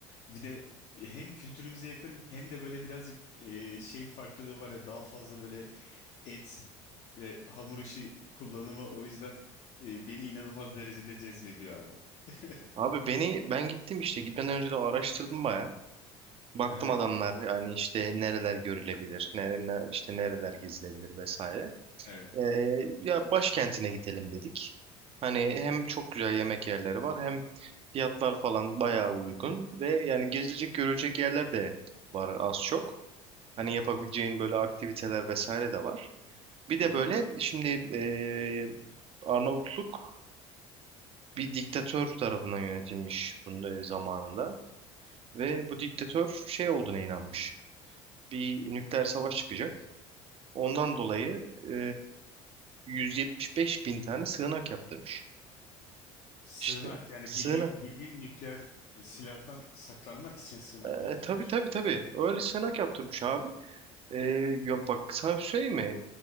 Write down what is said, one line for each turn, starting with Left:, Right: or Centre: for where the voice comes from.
Left: bir de hem kültürümüze yakın hem de böyle birazcık e, şey farklılığı var ya daha fazla böyle et ve hamur işi kullanımı o yüzden e, beni inanılmaz derecede cezbediyor abi. <laughs>
Right: Abi beni ben gittim işte gitmeden önce de araştırdım baya. Baktım
Left: Aha,
Right: adamlar yani işte nereler görülebilir, ne, ne- işte nereler gezilebilir vesaire.
Left: evet.
Right: Ee, ya başkentine gidelim dedik. Hani hem çok güzel yemek yerleri var hem fiyatlar falan bayağı uygun ve yani gezilecek görecek yerler de var az çok. Hani yapabileceğin böyle aktiviteler vesaire de var. Bir de
Left: Hı hı.
Right: böyle şimdi ee, Arnavutluk bir diktatör tarafından yönetilmiş bunun e, zamanında ve bu diktatör şey olduğuna inanmış. Bir nükleer savaş çıkacak. Ondan dolayı e, 175 bin tane sığınak yaptırmış.
Left: Sığınak
Right: İşte
Left: yani
Right: sığınak.
Left: bildiğin bildiğin nükleer silahtan saklanmak için sığınak
Right: E,
Left: yaptırmış.
Right: tabii tabii tabii. Öyle sığınak yaptırmış abi. E, ya bak sana bir söyleyeyim mi?